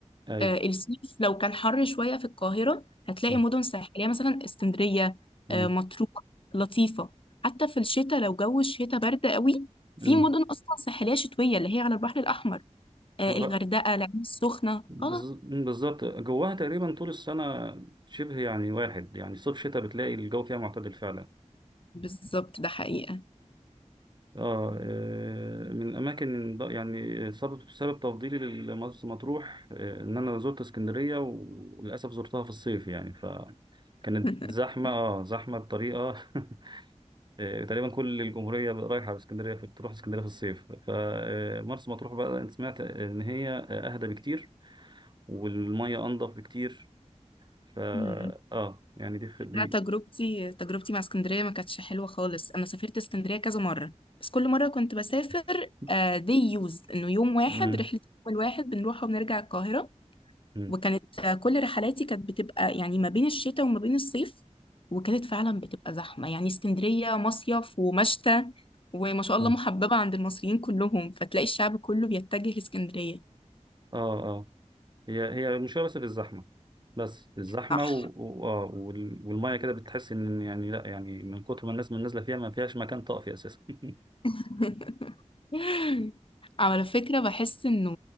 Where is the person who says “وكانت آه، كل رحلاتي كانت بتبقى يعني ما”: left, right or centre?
Left